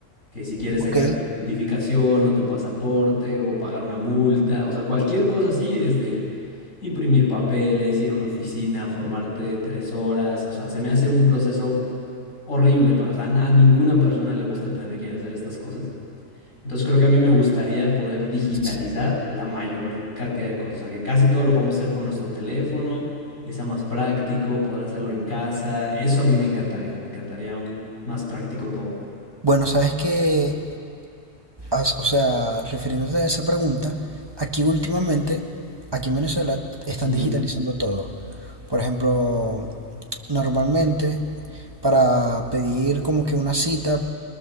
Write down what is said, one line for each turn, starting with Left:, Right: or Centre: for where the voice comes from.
Left: que si quieres
Right: Ok.
Left: sacar tu identificación o tu pasaporte o pagar una multa, o sea, cualquier cosa así es de imprimir papeles, ir a una oficina, formarte tres horas. O sea, se me hace un proceso horrible para, o sea, a ninguna persona le gusta tener que ir a hacer estas cosas. Entonces creo que a mí me gustaría poder digitalizar
Right: Sí.
Left: la mayor cantidad de cosas, o sea, que casi todo lo podamos hacer con nuestro teléfono, que sea más práctico, poder hacerlo en casa, eso a mí me encantaría, me encantaría un- más práctico todo.
Right: Bueno, sabes que, as- o sea, refiriéndote a esa pregunta, aquí últimamente, aquí en Venezuela, están
Left: Ujú,
Right: digitalizando todo. Por ejemplo, normalmente, para pedir como que una cita